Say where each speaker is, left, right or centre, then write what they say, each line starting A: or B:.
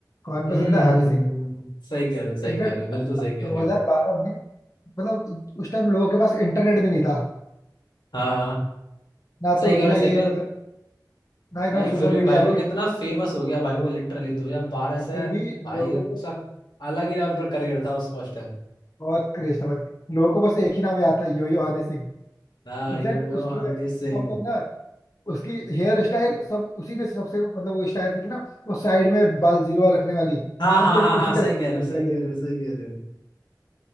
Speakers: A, on the left; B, on the left.
A: कौन
B: हम्म
A: पसंद है
B: हम्म
A: हनी सिंह
B: हम्म सही कह रहे हो सही
A: इनफैक्ट
B: कह रहे हो बिल्कुल सही कह
A: 2012
B: रहे हो
A: में मतलब उस टाइम लोगों के पास इंटरनेट भी नहीं था
B: हाँ हाँ
A: ना
B: सही
A: तो इतना
B: कह रहे हो सही
A: ये
B: कह रहे
A: मतलब
B: हो
A: ना इतना
B: भाई
A: सोशल
B: फिर भी
A: मीडिया
B: भाई वो
A: एक्टिव
B: कितना
A: था
B: फेमस हो गया भाई वो लिटरली 2012 से
A: फिर भी
B: भाई
A: लोगों
B: उसका
A: को
B: अलग ही लेवल पर करियर था उसका उस टाइम
A: बहुत क्रेज था भाई लोगों को बस एक ही नाम याद था यो यो हनी सिंह
B: हाँ
A: एग्जैक्ट
B: यो यो
A: उसकी
B: हनी
A: सब
B: सिंह
A: लोग ना उसकी हेयर स्टाइल सब उसी ने सबसे मतलब वो स्टाइल की थी ना वो साइड में बाल जीरो रखने वाली
B: हाँ
A: सब
B: हाँ
A: लोग
B: हाँ
A: उसी
B: हाँ
A: का
B: सही
A: देखना
B: कह रहे हो
A: copy
B: सही
A: करते
B: कह रहे हो सही कह रहे हो